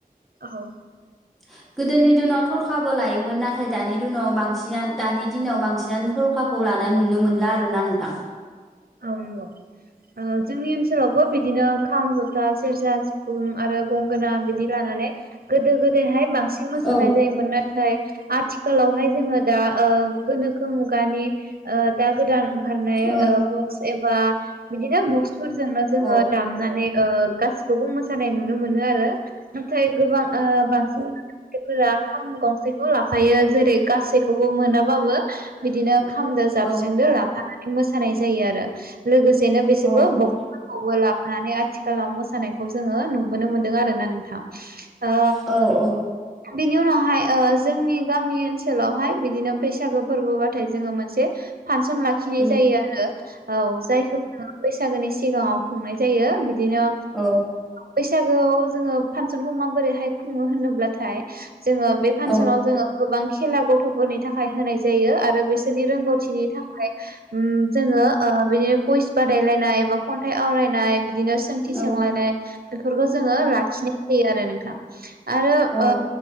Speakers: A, on the right (about 85°); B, in the centre.
A: औ
B: <inaudible> गोदोनि दिनाव थरखाबो लायोमोन नाथाय दानि दिनाव बांसि दानि दिनाव बांसिनानो थरखाखौ ला नाय नुनो मोनला आरोना नोंथां
A: औ नंगौ जोंनि ओनसोलावबो बिदिनो खाम जथा सेरजा सिफुं आरो गंगोना बिदि लानानै गोदो गोदायहाय बांसिन मोसानाय
B: औ
A: जायोमोन नाथाय आथिखालावहाय जोङो दा गोनोखो मुगानि दा गोदान ओंखारनाय
B: औ
A: बक्स एबा बिदिनो बक्सफोरजोंनो जोङो
B: औ
A: दामनानै ओ गासिखौबो मोसानाय नुनो मोनो आरो नाथाय गोबां बांसिन फोरा खाम गंसेखौ लाफायो जेरै गासैखौबो मोनाबाबो बिदिनो खामदो जाबस्रिंदो
B: औ
A: लाफानानै मोसानाय जायो आरो लोगो सेनो बेसेबो
B: औ औ
A: बकसफोरखौबो लाफानानै आथिखालाव मोसानायखौ जोङो नुबोनो मोनदों आर ना नोंथां ओ
B: औ औ नंगौ
A: बिनि उनाव जोंनि गामि ओनसोलावहाय बिदिनो बैसागो फोरबोबाथाय जोङो मोनसे फांसन लाखिनाय
B: उम
A: जायो आरो औ जायखौनो बैसागोनि सिगाङाव खुंनाय जायो बिदि बिदिनो
B: औ
A: बैसागोआव जोङो फांसनखौ माबोरैहाय खुङो होनोब्लाथाय जोङो बे फांसनाव
B: औ
A: जोङो गोबां खेला गथ'फोरनि थाखाय होनाय जायो आरो बे बिसोरनि रोंगौथिनि थाखाय जोङो ओ बिदिनो कुइस बादायलायनाय एबा खन्थाइ आवरायनाय बिदि बिदिनो सोंथि
B: औ
A: सोंलायनाय बेफोरखौ जोङो लाखिनाय हायो आरो नोंथां। आरो
B: औ
A: ओ